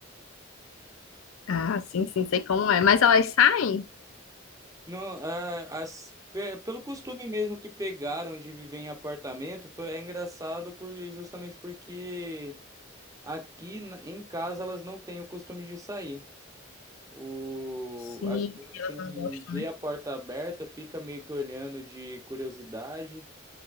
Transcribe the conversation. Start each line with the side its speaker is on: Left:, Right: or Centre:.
Left: Ah, sim, sim, sei como é. Mas elas saem?
Right: Não, é, as, pe- pelo costume mesmo que pegaram de viver em apartamento, foi, é engraçado por, justamente porque aqui na- em casa elas não têm o costume de sair. O,
Left: Sim,
Right: às vezes,
Left: elas
Right: assim,
Left: não gostam.
Right: ver a porta aberta, fica meio que olhando de curiosidade,